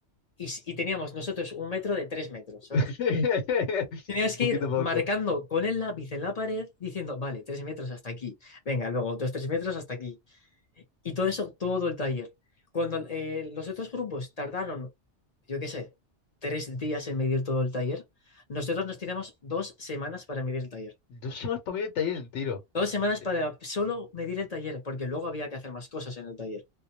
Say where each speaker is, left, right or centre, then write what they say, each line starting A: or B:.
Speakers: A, on the left; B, on the left.
A: y, s- y teníamos nosotros un metro de 3 metros, ¿sabes?
B: <laughs>
A: Tenías que
B: Poquito
A: ir
B: a poco.
A: marcando con el lápiz en la pared diciendo, vale, 3 metros hasta aquí, venga, luego otros 3 metros hasta aquí. Y todo eso, todo el taller. Cuando eh, los otros grupos tardaron, yo qué sé, tres días en medir todo el taller, nosotros nos tiramos dos semanas para medir el taller.
B: Dos semanas para mí el taller entero.
A: Dos semanas
B: Hostia,
A: para solo medir el taller, porque luego había que hacer más cosas en el taller.